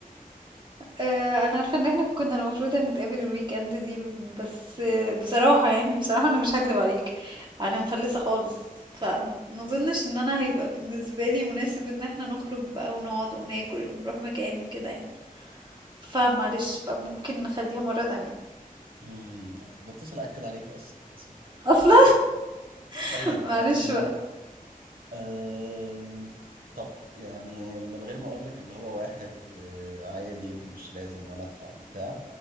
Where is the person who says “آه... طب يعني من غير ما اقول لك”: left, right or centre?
Right